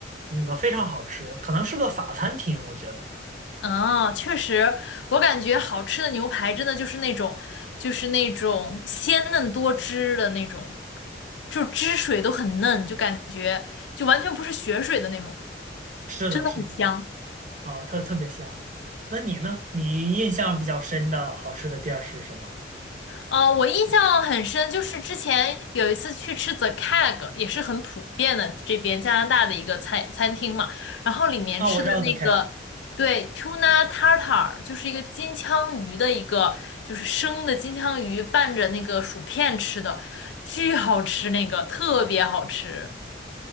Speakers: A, on the right; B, on the left.
A: 那个非常好吃，可能是个法餐厅，我觉得。
B: 啊，确实，我感觉好吃的牛排真的就是那种，就是那种鲜嫩多汁的那种，就汁水都很嫩，就感觉就完全不是血水的那种，
A: 是的，
B: 真的很香。
A: 是的，啊、特特别香。那你呢？你印象比较深的好吃的店儿是什么？
B: 哦，我印象很深，就是之前有一次去吃 The c a g 也是很普遍的这边加拿大的一个餐餐厅嘛，然后里面吃的那个，
A: 啊，我知道 The Keg。
B: 对，tuna tartar，就是一个金枪鱼的一个，就是生的金枪鱼拌着那个薯片吃的，巨好吃，那个特别好吃。